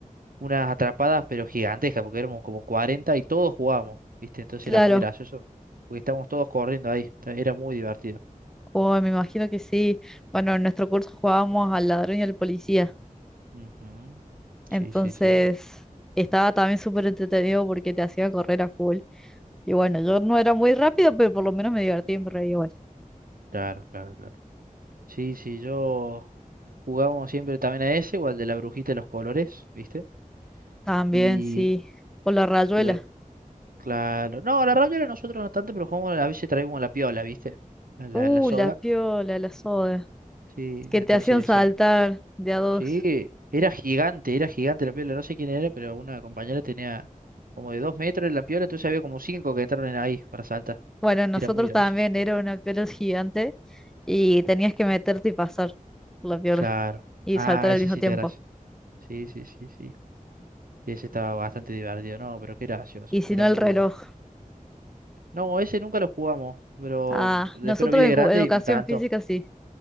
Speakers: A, on the right (about 80°); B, in the centre.
A: unas atrapadas, pero gigantescas, porque éramos como 40 y todos jugábamos, ¿viste? Entonces
B: Claro.
A: era muy gracioso, porque estábamos todos corriendo ahí. Era muy divertido.
B: Oh, me imagino que sí. Bueno, en nuestro curso jugábamos al ladrón y al policía.
A: Ujú. Sí,
B: Entonces,
A: sí, sí.
B: estaba también súper entretenido porque te hacía correr a full. Y bueno, yo no era muy rápido, pero por lo menos me divertía y me reía igual.
A: Claro, claro, claro. Sí, sí, yo jugábamos siempre también a ese, igual de la brujita de los colores, ¿viste?
B: También,
A: Y,
B: sí. O la rayuela.
A: y bueno, claro. No, la rabiola nosotros no tanto, pero jugamos, a veces traíamos la piola, ¿viste? A La,
B: Uh,
A: la soga.
B: la piola, la soda.
A: Sí,
B: Que
A: entonces
B: te hacían saltar
A: esa.
B: de a dos.
A: Sí, era gigante, era gigante la piola, no sé quién era, pero una compañera tenía como de dos metros la piola, entonces había como cinco que entraron en ahí para saltar.
B: Bueno, nosotros
A: Era muy gracioso.
B: también era una piola gigante y tenías que meterte y pasar por la piola
A: Claro.
B: y
A: Ah,
B: saltar al
A: ese
B: mismo
A: sí
B: tiempo.
A: te gracioso. Sí, sí, sí, sí. Ese estaba bastante divertido, no, pero qué gracioso,
B: Y si
A: era
B: no,
A: muy
B: el reloj.
A: bueno. No, ese nunca lo jugamos, pero
B: Ah,
A: después
B: nosotros
A: lo vi de
B: en
A: grande
B: ju- educación
A: y me encantó.
B: física sí.